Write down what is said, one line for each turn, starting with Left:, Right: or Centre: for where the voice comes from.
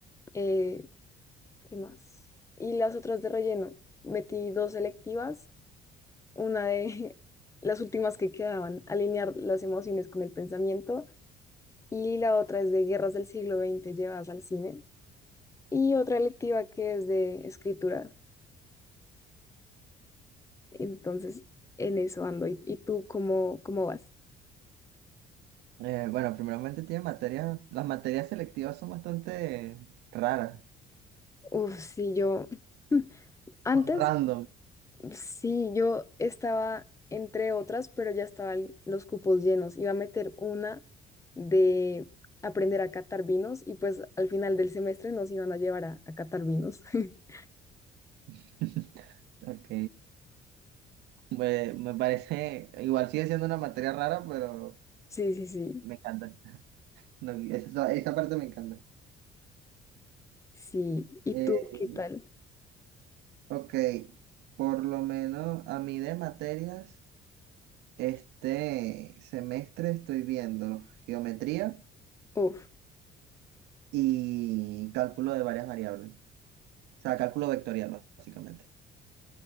Left: eh, ¿qué más? Y las otras de relleno. Metí dos selectivas, una de <laughs> las últimas que quedaban, alinear las emociones con el pensamiento, y la otra es de guerras del siglo veinte llevadas al cine, y otra electiva que es de escritura. Entonces, en eso ando. ¿Y, y tú cómo, cómo vas?
Right: Eh, bueno, primeramente tiene materias, las materias selectivas son bastante raras,
Left: Uf, sí, yo... <laughs> Antes
Right: son random.
Left: Sí, yo estaba entre otras, pero ya estaban los cupos llenos. Iba a meter una de aprender a catar vinos y pues al final del semestre nos iban a llevar a, a catar vinos. <laughs>
Right: <laughs> Ok. Me, me parece, igual sigue siendo una materia rara, pero
Left: Sí, sí, sí,
Right: me encanta. No, esa, esa parte me encanta.
Left: sí. ¿Y
Right: Eh,
Left: tú qué tal?
Right: ok, por lo menos a mí de materias, este semestre estoy viendo geometría
Left: Uf,
Right: y cálculo de varias variables. O sea, cálculo vectorial, básicamente,